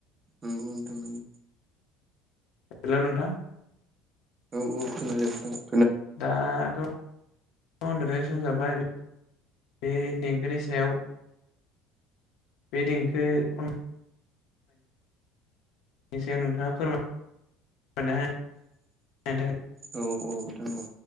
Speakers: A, on the right; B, on the left.
A: नंगौ नोंथां नंगौ
B: हेलौ नोंथां
A: औ औ खोनाजोबदों
B: दाथ' उनदुनाय सम जाबाय बे देंखोनि सायाव बे देंखो खन बेनि सायाव नोंथाङा फोरमाय ना ह़नो थाखाय
A: औ औ नोंथां औ